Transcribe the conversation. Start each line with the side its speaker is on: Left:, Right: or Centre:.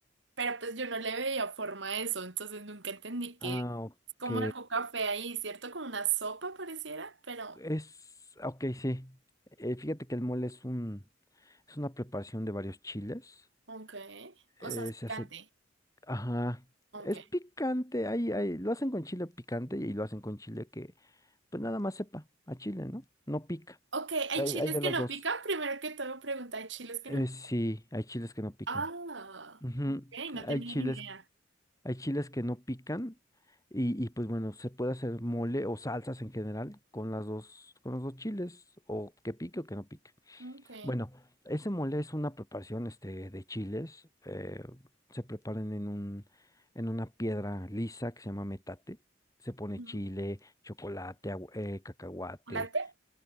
Right: Pero pues yo no le veía forma a eso, entonces nunca entendí que
Left: Ah, ok.
Right: es como algo café ahí, ¿cierto? Como una sopa pareciera, pero
Left: Es, ah, ok, sí. Eh, fíjate que el mole es un, es una preparación de varios chiles.
Right: ok. O
Left: Eh,
Right: sea, es picante.
Left: se hace, ajá,
Right: Ok.
Left: es picante. Ahí, ahí, lo hacen con chile picante y lo hacen con chile que, pues nada más sepa a chile, ¿no? No pica.
Right: Ok, ¿hay
Left: Hay,
Right: chiles
Left: hay de
Right: que
Left: las
Right: no
Left: dos.
Right: pican? Primero que todo pregunta, ¿hay chiles que
Left: Eh,
Right: no pican?
Left: sí, hay chiles que no pican.
Right: Ah,
Left: Ujú,
Right: ok, no tenía
Left: Hay chiles,
Right: ni idea.
Left: hay chiles que no pican y, y pues bueno, se puede hacer mole o salsas en general con las dos, con los dos chiles o que pique o que no pique.
Right: Ok.
Left: Bueno, ese mole es una preparación este, de chiles. eh, se preparan en un, en una piedra lisa que se llama metate. Se pone
Right: Mm.
Left: chile, chocolate, agua- eh, cacahuate.
Right: ¿Chocolate?